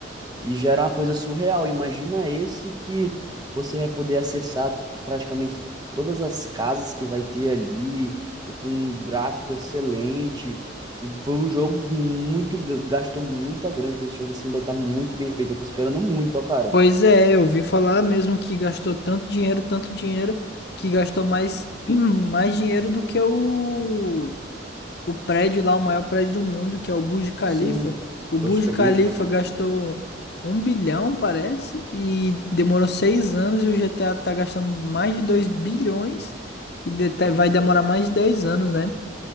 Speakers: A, on the right (about 20°); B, on the left (about 55°).
A: e já era uma coisa surreal. Imagina esse que você vai poder acessar praticamente todas as casas que vai ter ali, com um gráfico excelente. E foi um jogo muito, ga- gastou muita grana. Então esse jogo assim vai estar muito bem feito. Eu tô esperando muito, ó, cara.
B: Pois é, eu ouvi falar mesmo que gastou tanto dinheiro, tanto dinheiro, que gastou mais, <clears throat> mais dinheiro do que o o prédio lá, o maior prédio do mundo, que é o Burj Khalifa.
A: Sim,
B: O Burj
A: Poxa Calippa.
B: Khalifa gastou um bilhão, parece, e demorou seis anos, e o GTA tá gastando mais de 2 bilhões e de- tá- vai demorar mais de 10 anos, né?